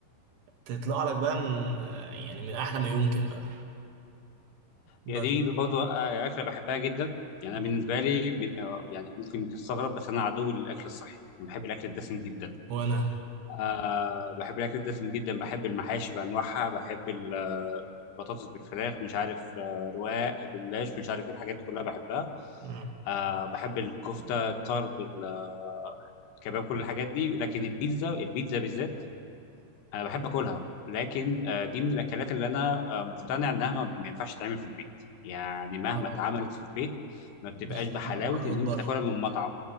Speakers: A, on the right; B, on the left.
A: تطلع لك بقى من آه، يعني من أحلى ما يمكن بقى
B: هي
A: بس
B: دي برضه آه، أكلة بحبها جدا يعني
A: مم.
B: أنا بالنسبة لي بن- آه، يعني ممكن تستغرب بس أنا عدو للأكل الصحي أنا بحب الأكل الدسم جدا
A: وأنا
B: أه بحب الأكل الدسم جدا بحب المحاشي بأنواعها بحب ال- آه، البطاطس بالفراخ مش عارف آه، رواق جلاش مش عارف ايه الحاجات دي كلها بحبها
A: مم.
B: أه بحب الكفتة الطرب ال- آه، الكباب كل الحاجات دي لكن البيتزا البيتزا بالذات أنا بحب أكلها لكن آه، دي من الأكلات اللي أنا آه، مقتنع إنها ما ما ينفعش تتعمل في البيت يعني مهما
A: اه
B: اتعملت في البيت ما بتبقاش
A: مش هتطلع
B: بحلاوة
A: بحلويات
B: إن
A: بره
B: أنت تاكلها من مطعم